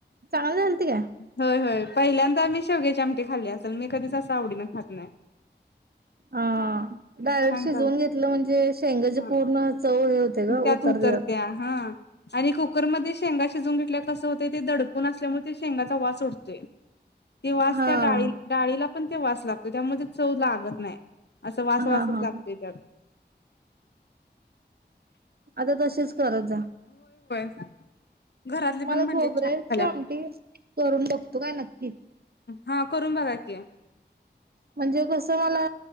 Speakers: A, on the right; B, on the left.
A: चांगलं झालती काय?
B: होय होय पहिल्यांदा मी शेवगेचे आमटे खाल्ले असेल मी कधीच असं आवडीन खात नाही.
A: हा डायरेक्ट
B: छान
A: शिजवून
B: झालं
A: घेतलं म्हणजे शेंगचे
B: हा
A: पूर्ण चव होते ग
B: त्यात
A: उतरते
B: उतरत्या हा. आणि कुकरमध्येध्ये शेंगा शिजवून घेतल्या कसं होतंय ते दडपून असल्यामुळे ते शेंगाचा वास उडतोय. ते वास
A: हा.
B: त्या डाळी डाळीला पण ते वास लागतो त्यामुळे चव लागत नाही. असं वासवासच
A: हा हा
B: लागतय त्यात
A: आता तसेच करत जा.
B: <inaudible>
A: मला
B: पण म्हणले
A: खबर
B: छान
A: आहे
B: झाल्या
A: श आमटी करून बघतो का नक्कीच
B: हा करून बघा की.
A: म्हणजे कस मला